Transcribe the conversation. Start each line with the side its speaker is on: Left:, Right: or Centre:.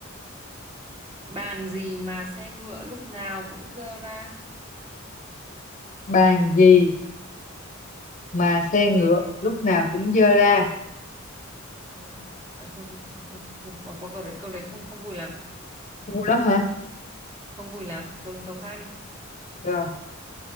Right: bàn gì mà xe ngựa lúc nào cũng dơ ra.
Left: bàn gì mà xe ngựa lúc nào cũng dơ ra
Right: Ờ, à, thôi, thôi thôi thôi thôi thôi bỏ qua câu đấy, câu đấy không không vui lắm,
Left: ngu lắm hả
Right: không vui lắm. Thôi câu khác đi.
Left: rồi